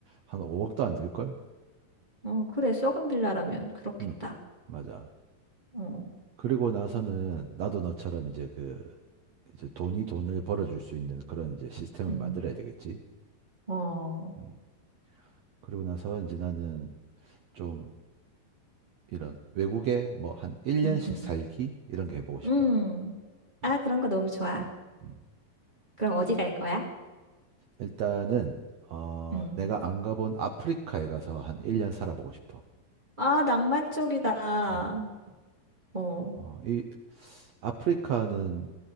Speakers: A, on the right; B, on the right.
A: 한 5억도 안 들걸?
B: 어, 그래. 썩은 빌라라면 그렇겠다.
A: 응, 맞아.
B: 어.
A: 그리고 나서는 나도 너처럼 이제 그, 이제 돈이 돈을 벌어줄 수 있는 그런 이제 시스템을
B: 음,
A: 만들어야 되겠지.
B: 어,
A: 음. 그리고 나서 이제 나는 좀 이런 외국에 뭐 한 1년씩
B: 음, 음,
A: 살기? 이런 게 해보고 싶어.
B: 음. 아,
A: 음,
B: 그런 거 너무 좋아.
A: 음.
B: 그럼 어디 갈 거야?
A: 일단은, 어,
B: 음.
A: 내가 안 가본 아프리카에 가서 한 1년 살아보고 싶어.
B: 아, 낭만 쪽이다.
A: 어,
B: 어,
A: 어, 이, 아프리카는